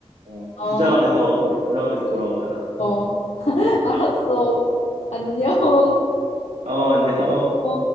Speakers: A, on the right (about 85°); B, on the left (about 85°).
A: 어,
B: 어,
A: 부자가 돼서 돌아, 부자가 돼서 돌아오자.
B: 어. <laughs> 알았어. 안녕.
A: 어, 안녕.
B: 어.